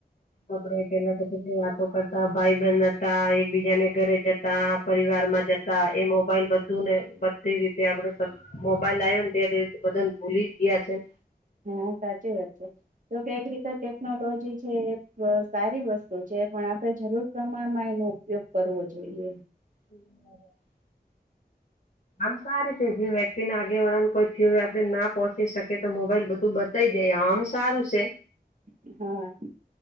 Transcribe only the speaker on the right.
હા સાચી વાત છે તો કક રીતે ટેકનોલોજી છે સારી વસ્તુ છે પણ આપણે જરૂર પ્રમાણમાં એનો ઉપયોગ કરવો જોઈએ
હમ